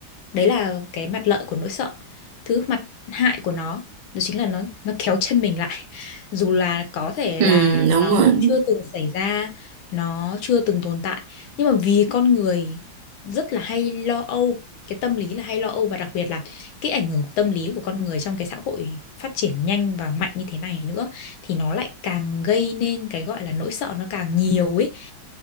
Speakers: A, on the left; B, on the right.
A: đấy là cái mặt lợi của nỗi sợ thứ mặt hại của nó đó chính là nó nó kéo chân mình lại <laughs> dù là có thể
B: ừ
A: là
B: đúng
A: nó
B: rồi
A: chưa từng xảy ra nó chưa từng tồn tại nhưng mà vì con người rất là hay lo âu cái tâm lý là hay lo âu và đặc biệt là cái ảnh hưởng của tâm lý của con người trong cái xã hội phát triển nhanh và mạnh như thế này nữa thì nó lại càng gây nên cái gọi là nỗi sợ nó càng nhiều ấy